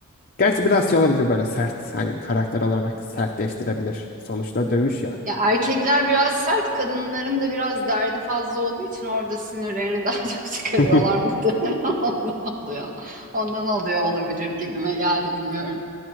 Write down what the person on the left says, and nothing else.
Gerçi biraz şey olabilir böyle sert hani karakter olarak sertleştirebilir. Sonuçta dövüş ya.
<laughs>